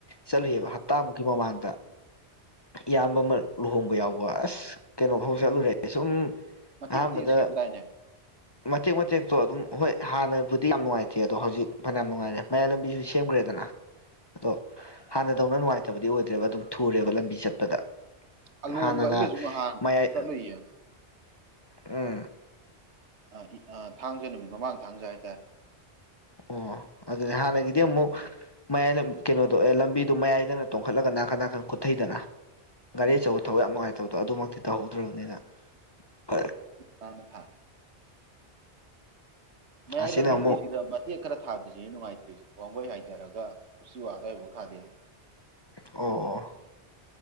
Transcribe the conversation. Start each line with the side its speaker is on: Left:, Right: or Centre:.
Left: ꯆꯠꯂꯨꯌꯦꯕ ꯍꯞꯇꯥꯃꯨꯛꯀꯤ ꯃꯃꯥꯡꯗ ꯏꯌꯥꯝꯕ ꯑꯃ ꯂꯨꯍꯣꯡꯕ ꯌꯥꯎꯕ ꯑꯁ ꯀꯩꯅꯣ
Right: ꯎꯝ
Left: ꯐꯥꯎ ꯆꯠꯂꯨꯔꯦ ꯁꯨꯝ
Right: ꯃꯇꯦꯛ
Left: ꯑꯍꯥꯝꯕꯗꯥ
Right: ꯃꯇꯦꯛ ꯁꯦꯝꯗꯥꯏꯅꯦ
Left: ꯃꯇꯦꯛ ꯃꯇꯦꯛꯇꯣ ꯑꯗꯨꯝ ꯍꯣꯏ ꯍꯥꯟꯅꯕꯨꯗꯤ ꯌꯥꯝ ꯅꯨꯡꯉꯥꯏꯇꯦ ꯑꯗꯣ ꯍꯧꯖꯤꯛ ꯐꯅꯥ ꯅꯨꯡꯉꯥꯏꯔꯦ ꯃꯌꯥꯏ ꯂꯝꯕꯤꯁꯨ ꯁꯦꯝꯒꯔꯦꯗꯅ ꯑꯗꯣ ꯍꯥꯟꯅꯗꯧꯅ ꯅꯨꯡꯉꯥꯏꯇꯕꯗꯤ ꯑꯣꯏꯗ꯭ꯔꯦꯕ ꯑꯗꯨꯝ ꯊꯨꯔꯦꯕ ꯂꯝꯕꯤ ꯆꯠꯄꯗ
Right: ꯑꯂꯣꯝꯒ
Left: ꯍꯥꯟꯅꯅ
Right: ꯑꯩꯒꯁꯨ ꯅꯍꯥꯟ
Left: ꯃꯌꯥꯏ
Right: <inaudible>
Left: ꯎꯝ
Right: ꯑꯥ ꯏ ꯑꯥ ꯊꯥꯡꯖ ꯅꯨꯃꯤꯠ ꯃꯃꯥꯡ ꯊꯥꯡꯖ ꯍꯥꯏꯇꯥꯏ
Left: ꯑꯣ ꯑꯗꯨꯗꯤ ꯍꯥꯟꯅꯒꯤꯗꯤ ꯑꯃꯨꯛ ꯃꯌꯥꯏꯅ ꯀꯩꯅꯣꯗꯣ ꯑꯦ ꯂꯝꯕꯤꯗꯣ ꯃꯌꯥꯏꯗꯅ ꯇꯣꯡꯈꯠꯂꯒ ꯅꯥꯀꯟ ꯅꯥꯀꯟ ꯀꯨꯊꯩꯗꯅ ꯒꯥꯔꯤ
Right: ꯎꯝ
Left: ꯑꯆꯧꯕ ꯊꯧꯕ ꯌꯥꯝ ꯉꯥꯏꯇꯕꯗꯣ ꯑꯗꯨꯃꯛꯇꯤ ꯇꯧꯍꯧꯗ꯭ꯔꯕꯅꯤꯅ ꯐꯔꯦ
Right: ꯃꯥꯅ ꯐꯥ ꯃꯌꯥꯏ
Left: ꯑꯁꯤꯅ
Right: ꯂꯝꯕꯤꯒꯤꯁꯤꯗ
Left: ꯑꯃꯨꯛ
Right: ꯃ ꯇꯦꯛ ꯈꯔ ꯊꯥꯗ꯭ꯔꯤꯁꯤꯅꯦ ꯅꯨꯡꯉꯥꯏꯇ꯭ꯔꯤꯁꯦ ꯋꯥꯡꯒꯣꯏ ꯍꯥꯏꯊꯔꯒ ꯎꯆꯤꯋꯥ ꯑꯗꯥꯏꯕꯧ ꯈꯥꯗꯦꯅꯦ
Left: ꯑꯣ ꯑꯣ